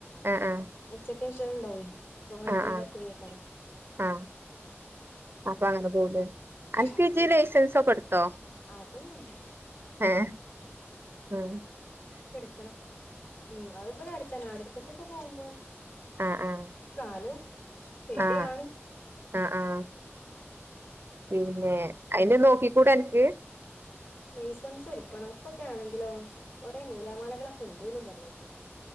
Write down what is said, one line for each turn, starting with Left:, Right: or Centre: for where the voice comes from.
Right: ആഹ് ആഹ്
Left: ഉച്ച അത്യാവശം അ ഉണ്ടാവും ഇപ്പൊ വണ്ടി
Right: ആഹ് ആഹ്
Left: ലൊക്കെ കറങ്ങും
Right: ആഹ് അപ്പൊ അങ്ങനെ പോന്നു അനക്ക്അയിന്
Left: അങ്ങനെ പോവും
Right: ലൈസൻസ് ഒക്കെ എടുത്തോ
Left: അതൊന്നുല്ല
Right: ഏ ഹും
Left: എടുക്കണം ഉ അത്‌പാടേ അടുത്തന്നെ അടു ഒറ്റക്കൊക്കെ പോകുമ്പോ
Right: ആഹ് ആഹ്
Left: ന്നാലും പേടിയുന്നേനു
Right: ആഹ് ആഹ് ആഹ് ആഹ് പിന്നെ അയിന് നോക്കിക്കൂട അനക്ക്
Left: ലൈസൻസ് എടുക്കണം. ഇപ്പൊക്കെ ആണെങ്കിലോ, കൊറെേ നൂലാമാലകളൊക്കെ ഉണ്ട്ന്നും പറഞ്ഞെട്ട്.